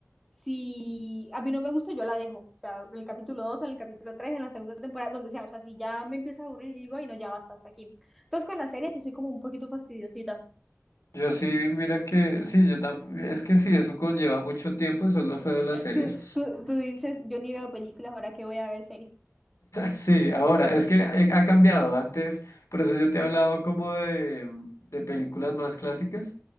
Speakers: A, in the centre; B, on the left.
A: si a mí no me gusta, yo la dejo, o sea, en el capítulo 2, en el capítulo 3 en la segunda temporada, donde sea, o sea, si ya me empieza a aburrir, yo digo, ay no, ya basta, hasta aquí. Entonces con las series sí soy como un poquito fastidiosita.
B: Yo sí, mira que, sí, yo tampoco, es que sí, eso conlleva mucho tiempo, eso es lo feo de las series.
A: Tú, tú,
B: <laughs>
A: tú dices, yo ni veo películas, ahora que voy a ver series.
B: Sí, ahora, es que ha ha cambiado antes, por eso yo te he hablado como de, de películas más clásicas,